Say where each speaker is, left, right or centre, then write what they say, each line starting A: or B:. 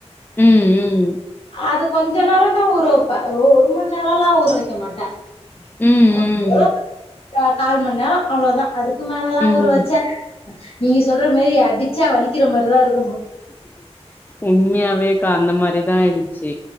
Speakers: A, on the left; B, on the left.
A: ம் ம்
B: அது கொஞ்ச நேரந்தா ஊற வப்பே ஒ ஒரு மண் நேரொல்லா ஊற வக்க மாட்டே
A: ம்
B: <unintelligible> அ கால் மண்நேரொ அவ்ளோதா அதுக்கு மேலல்லா
A: ம்
B: ஊற
A: ம்
B: வச்சா நீங்க சொல்ற மாரி அடிச்சா வலிக்கிற மாரிதா இரு
A: உண்மயாவேக்கா அந்த மாரி தா இருந்ச்சி